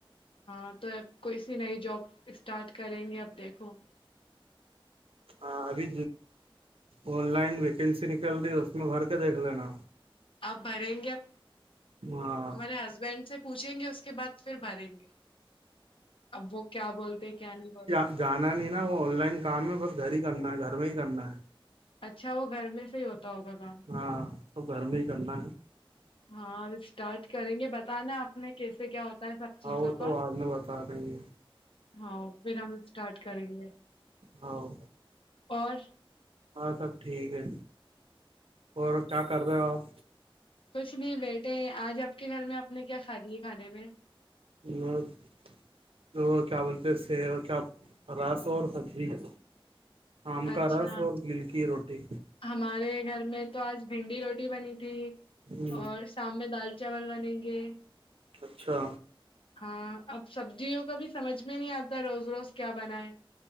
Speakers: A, on the left (about 70°); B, on the right (about 80°).
A: ہاں تو کوئی سی نئی جاب اسٹارٹ کریں گے اب دیکھو
B: ہاں ابھی آن لائن ویکینسی نکل رہی ہے اس میں بھر کے دیکھ لینا
A: آپ بھریں گے آب
B: ہاں
A: ہمارے ہسبینڈ سے پوچھیں گے اس کے بعد پھر بھریں گے اب وہ کیا بولتے کیا نہیں بولتے
B: جانا نہیں نا وہ آن لائن کام ہے بس گھر ہی کرنا ہے گھر میں ہی کرنا ہے
A: اچھا وہ گھر میں سے ہی ہوتا ہوگا کام
B: ہے ہاں تو گھر میں ہی کرنا
A: ہ
B: ہے
A: ہاں اسٹارٹ کریں گے بتانا آپ نے کیسے کیا ہوتا سب
B: ہاں
A: چیزوں
B: وہ تو
A: کا
B: بعد میں بتا دیں گے
A: ہاں پھر ہم اسٹارٹ کریں گے
B: ہاں
A: اور
B: ہاں سب ٹھیک ہے اور کیا کر رہے ہو آپ
A: کچھ نہیں بیٹے آج آپ کے گھر میں آپ نے کیا کھا دی ہے کھانے میں
B: م تو کیا بولتے ہیں س کیا راس اور ہجی ہے آم کا
A: اچھا
B: رس اور گل کی روٹی
A: ہمارے گھر میں تو آج بھنڈی روٹی بنی تھی
B: ہ
A: اور شام میں دال چاول بنیں گے
B: اچھا
A: ہاں اب سبزیوں کا بھی سمجھ میں نہیں آتا روز روز کیا بنائے